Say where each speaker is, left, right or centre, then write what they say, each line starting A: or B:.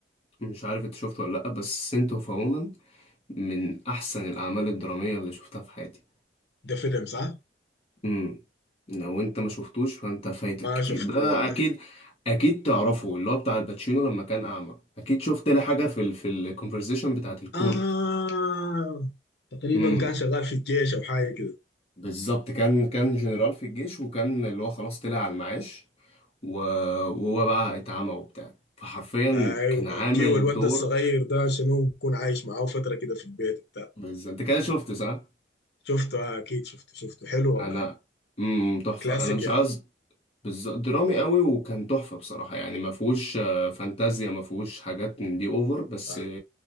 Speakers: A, on the left (about 30°); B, on the left (about 65°).
A: مش عارف انت شفته ولا لا بس سنت اوف وومن من احسن الاعمال الدراميه اللي شفتها في حياتي
B: ده فيلم صح؟
A: امم لو انت ما شفتوش فانت فايتك
B: ما
A: كتير
B: شفته
A: ده
B: والله
A: اكيد اكيد تعرفه اللي هو بتاع الباتشينو لما كان اعمى اكيد شفت لي حاجه في ال... في الكونفرزيشن بتاعت الكورت
B: آه تقريبا
A: امم
B: كان شغال في الجيش أو حاجة كده
A: بالظبط كان كان جنرال في الجيش وكان اللي هو خلاص طلع على المعاش و- وهو بقى اتعمى وبتاع فحرفيا
B: أي
A: كان
B: وبجيو
A: عامل
B: الواد
A: دور
B: ده الصغير ده شنو بكون عايش معاه فترة كده في البيت بتاع
A: بالظبط انت كده شفت صح
B: شفته آه أكيد شفته شفته حلو والله
A: انا امم تحفه
B: كلاسيك
A: انا مش
B: يا
A: عايز
B: مان
A: بالظبط درامي قوي وكان تحفه بصراحه يعني ما فيهوش آه، فانتازيا ما فيهوش حاجات من دي اوفر بس
B: صح